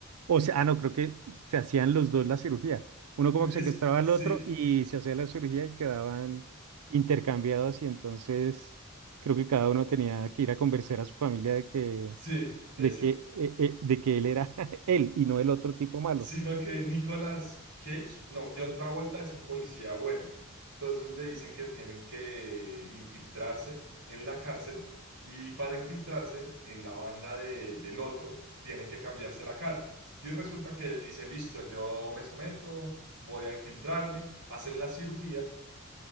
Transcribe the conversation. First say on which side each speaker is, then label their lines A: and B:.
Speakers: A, on the right; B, on the right.
A: o sea, ah, no, creo que se hacían los dos la cirugía. Uno como
B: Es,
A: que secuestraba al
B: sí,
A: otro y se hacía la cirugía y quedaban intercambiados y entonces creo que cada uno tenía que ir a convencer a su familia de que,
B: sí, ese.
A: de que, eh, eh, de que él era <laughs> él y no el otro tipo malo,
B: sino que Nicolas Cage, no, John Travolta es un policía bueno. Entonces le dicen que tienen que infiltrarse en la cárcel y para infiltrarse en la banda de- del otro tiene que cambiarse la cara. Y resulta que él dice, listo, yo me someto, voy a infiltrarme, hacen la cirugía,